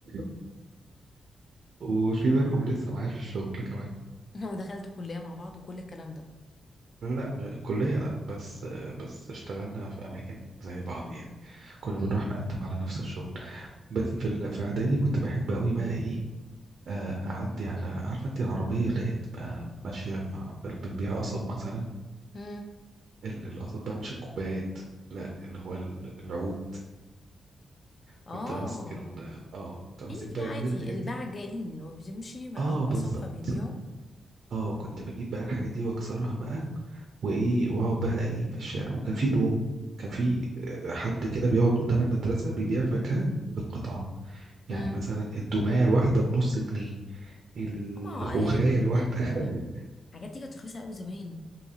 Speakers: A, on the right; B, on the left.
A: <laughs> وفي منهم لسه معايا في الشغل كمان
B: <laughs> ودخلتوا كليه مع بعض وكل الكلام ده
A: لا لا م- كلية لا بس بس اشتغلنا في أماكن زي بعض يعني كنا
B: مم.
A: بنروح نقدم على نفس الشغل بس في ال- في اعدادي كنت بحب قوي بقى ايه آه، اعدي على عارفه انت العربيه اللي هي بتبقى ماشيه مع بتبيع قصب مثلا
B: مم.
A: ال- القصب بقى مش الكوبايات لا اللي هو ال- العود
B: اه
A: كنت بمسك ال اه كنت بمسك
B: في
A: بقى
B: في عادي
A: اجيب الحاجات
B: الباعة
A: دي
B: الجاهلين اللي هو بيمشي معاهم
A: اه
B: قصب
A: بالظبط
B: فبيبيعوا
A: اه كنت بجيب بقى الحاجات دي واكسرها بقى وايه واقعد بقى ايه في الشارع وكان في دوم كان في آه، حد كده بيقعد قدام المدرسة بيبيع فاكهة بالقطع يعني
B: مم.
A: مثلا الدوماية الواحدة بنص جنيه الخوخاية
B: طبعا آه، يعني
A: الواحدة <laughs>
B: آه، آه، حاجات دي كانت رخيصة قوي زمان